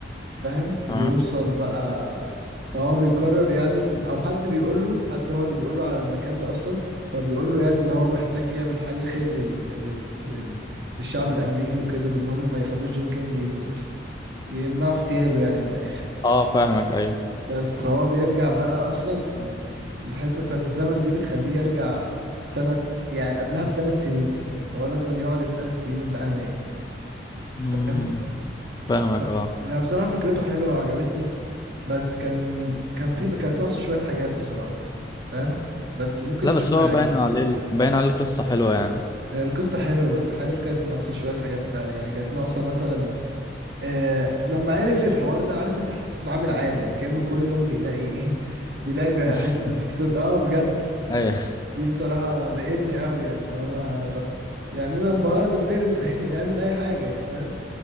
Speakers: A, on the right; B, on the left.
A: فاهم ويوصل
B: تمام
A: بقى فهو بيقرر يعني إن- او حد بيقول له حد هو اللي بيقول له على المكان ده اصلا فبيقول له يعني ان هو محتاج يعمل حاجه خير لل... لل... لل... للشعب الامريكي وكده بان هم ما يخلوش جون كينيدي يموت يمنعوا اغتياله يعني من الاخر
B: اه فاهمك ايوه
A: بس فهو بيرجع بقى اصلا ال... الحته بتاعت الزمن دي بتخليه يرجع سنه يعني قبلها بثلاث سنين فهو لازم يقعد الثلاث سنين بقى هناك فاهم
B: امم فاهمك
A: ف...
B: اه
A: هي بصراحه فكرته حلوه وعجبتني بس كان كان في كانت ناقصه شوية حاجات بصراحة فاهم بس ممكن
B: لا
A: تشوفها
B: بس هو
A: هيعجبك
B: باين عليه ال- باين عليه القصه حلوه يعني
A: آه، القصة حلوة بس عارف كانت ناقصة شوية حاجات فعلا يعني كانت ناقصة مثلا آه لما عرف الحوار ده عارف انت حسيته اتعامل عادي يعني كأنه كل يوم بيلاقي <laughs> بيلاقي بقى
B: <laughs>
A: حتة سوق اه بجد
B: ايوه
A: دي بصراحة ضايقتني قوي يعني اللي هو طب يعني انا انبهرت امبارح انت <laughs> يعمل اي حاجة يعني فاهم